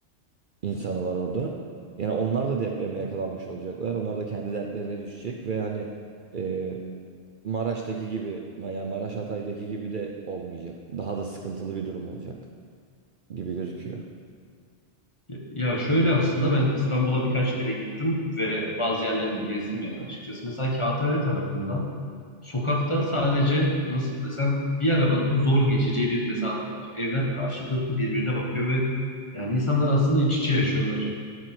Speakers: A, on the right; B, on the left.
A: insanı var orada. Yani onlar da depreme yakalanmış olacaklar. Onlar da kendi dertlerine düşecek ve hani e, Maraş'taki gibi yani Maraş Hatay'daki gibi de olmayacak. Daha da sıkıntılı bir durum olacak gibi gözüküyor.
B: Ya ya şöyle aslında ben İstanbul'a birkaç kere gittim ve bazı yerlerini de gezdim yani açıkçası. Mesela Kağıthane tarafında sokakta sadece nasıl desem bir arabanın zor geçeceği bir mesafe var. Evler karşılıklı birbirine bakıyor ve yani insanlar aslında iç içe yaşıyorlar.